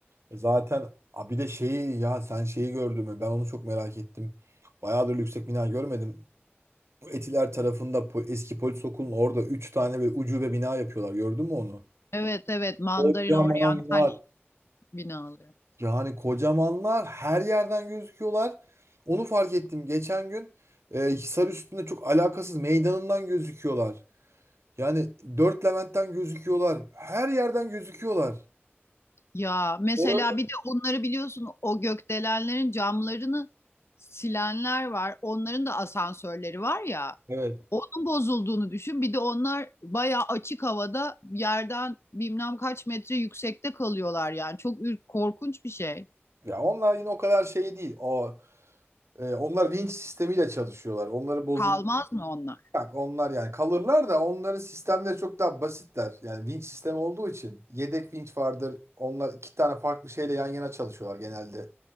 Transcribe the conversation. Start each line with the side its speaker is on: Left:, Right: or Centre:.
Right: zaten a, bir de şeyi ya sen şeyi gördün mü ben onu çok merak ettim. Bayağıdır yüksek bina görmedim. Bu Etiler tarafında po- eski polis okulunun orada 3 tane ve ucube bina yapıyorlar gördün mü onu?
Left: Evet evet Mandarin
Right: Kocaman
Left: oryantal
Right: var
Left: binaları.
Right: Yani kocamanlar her yerden gözüküyorlar. Onu fark ettim. Geçen gün e, Hisar üstünde çok alakasız meydanından gözüküyorlar. Yani Dört Levent'ten gözüküyorlar. Her yerden gözüküyorlar.
Left: Ya mesela
Right: Orada.
Left: bir de onları biliyorsun o gökdelenlerin camlarını silenler var. Onların da asansörleri var ya.
Right: Evet.
Left: Onun bozulduğunu düşün. Bir de onlar bayağı açık havada yerden bilmem kaç metre yüksekte kalıyorlar yani. Çok ür- korkunç bir şey.
Right: Ya onlar yine o kadar şey değil. O e, onlar vinç sistemiyle çalışıyorlar. Onları bozul
Left: Kalmaz mı onlar?
Right: Bak onlar yani kalırlar da onların sistemleri çok daha basitler. Yani vinç sistemi olduğu için yedek vinç vardır. Onlar iki tane farklı şeyle yan yana çalışıyorlar genelde.